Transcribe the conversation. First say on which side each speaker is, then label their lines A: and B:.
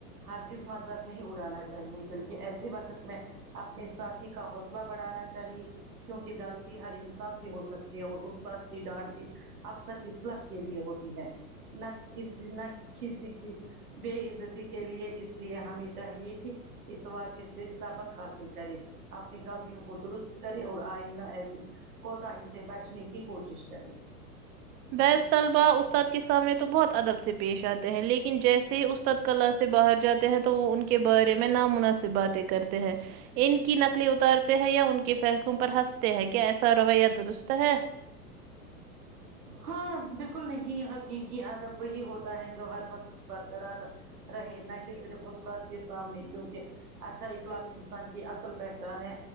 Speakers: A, on the right; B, on the right.
A: ہارگز مذاق نہیں اڑانا چاہیے بلکہ ایسے وقت میں اپنے ساتھی کا حوصلہ بڑھانا چاہیے کیونکہ غلطی ہر انسان سے ہو سکتی ہے اور اس بات کی ڈانٹ بھی اکثر اصلاح کے لیے ہوتی ہے نہ کسی نہ کسی کی بےعزتی کے لیے اس لیے ہمیں چاہیے کہ اس واقعے سے سبق حاصل کرے اپنی غلطیوں کو درست کرے اور آئندہ ایسی کوتاہی سے بچنے کی کوشش کرے
B: بعض طلبہ اس استاد کے سامنے تو بہت ادب سے پیش آتے ہیں لیکن جیسے ہی استاد کلاس سے باہر جاتے ہیں تو وہ ان کے کے بارے میں نامناسب باتیں کرتے ہیں ان کی نقلیں اتارتے ہیں یا ان کے فیصلوں پر ہنستے ہیں کیا ایسا رویہ درست ہے
A: ہاں بالکل نہیں حقیقی ادب وہی ہوتا ہے جو ہر وقت بر قرار رہے نہ کہ صرف استاد کے سامنے کیونکہ اچھا اخلاق انسان کی اصل پہچان ہے